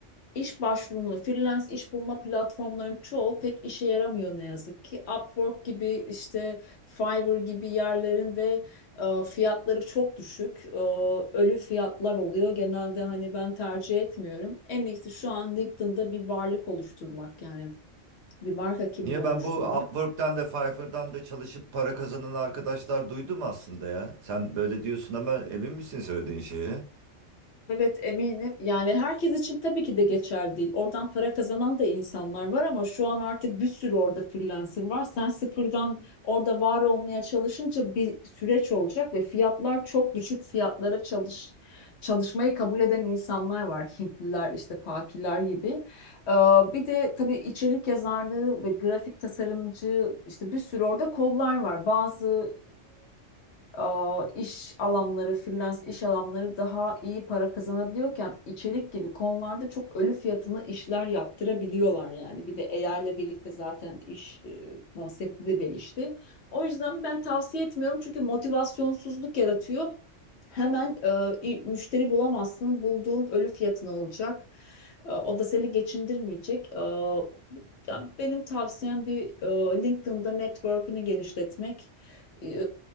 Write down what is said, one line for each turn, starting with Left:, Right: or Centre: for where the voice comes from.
Left: iş başvurumla freelance iş bulma platformlarının çoğu pek işe yaramıyor ne yazık ki. Upwork gibi işte Fiverr gibi yerlerin de e, fiyatları çok düşük. E, ölü fiyatlar oluyor. Genelde hani ben tercih etmiyorum. En iyisi şu an LinkedIn'da bir varlık oluşturmak yani bir marka kimliği
Right: Niye
Left: oluşturmak.
Right: ben bu Upwork'tan da Fiverr'dan da çalışıp para kazanan arkadaşlar duydum aslında ya. Sen böyle diyorsun ama emin misin söylediğin şeye?
Left: Evet eminim. Yani herkes için tabii ki de geçerli değil. Oradan para kazanan da insanlar var ama şu an artık bir sürü orada freelancer var. Sen sıfırdan orada var olmaya çalışınca bir süreç olacak ve fiyatlar çok düşük fiyatlara çalış çalışmayı kabul eden insanlar var. Hintliler işte Pakiler gibi. Ee, bir de tabii içerik yazarlığı ve grafik tasarımcı işte bir sürü orada kollar var. Bazı e, iş alanları, freelance iş alanları daha iyi para kazanabiliyorken içerik gibi konularda çok ölü fiyatına işler yaptırabiliyorlar yani. Bir de AI ile birlikte zaten iş e, konsepti de değişti. O yüzden ben tavsiye etmiyorum çünkü motivasyonsuzluk yaratıyor. Hemen e, müşteri bulamazsın, bulduğun ölü fiyatına olacak. E, O da seni geçindirmeyecek. E, ya benim tavsiyem bir e, LinkedIn'da network'ünü genişletmek, e,